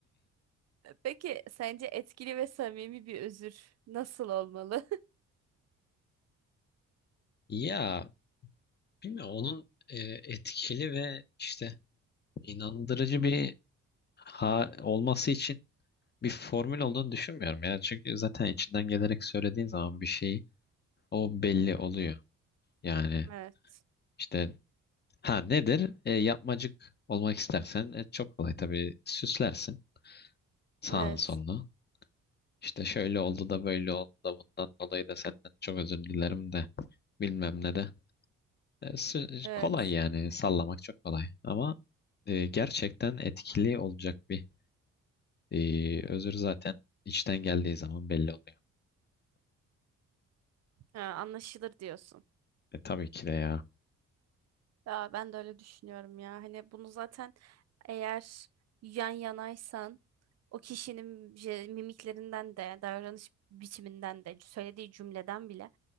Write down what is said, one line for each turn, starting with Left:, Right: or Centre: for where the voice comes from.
Right: Peki sence etkili ve samimi bir özür nasıl olmalı? <laughs>
Left: Ya bilmiyorum onun e, etkili ve işte inandırıcı bir ha olması için bir formül olduğunu düşünmüyorum ya. Çünkü zaten içinden gelerek söylediğin zaman bir şey o belli
Right: Hı hı.
Left: oluyor. Yani
Right: Evet,
Left: işte ha nedir? E, yapmacık olmak istersen e, çok kolay tabii süslersin sağını
Right: evet,
Left: solunu. İşte şöyle oldu da böyle oldu da bundan dolayı da senden çok özür dilerim de bilmem ne de. E, s-
Right: evet.
Left: kolay yani sallamak çok kolay ama e, gerçekten etkili olacak bir e, özür zaten içten geldiği zaman belli oluyor.
Right: Ha, anlaşılır diyorsun.
Left: E, tabii ki de ya.
Right: Ya ben de öyle düşünüyorum ya. Hani bunu zaten eğer yan yanaysan o kişinin je- mimiklerinden de, davranış biçiminden de, söylediği cümleden bile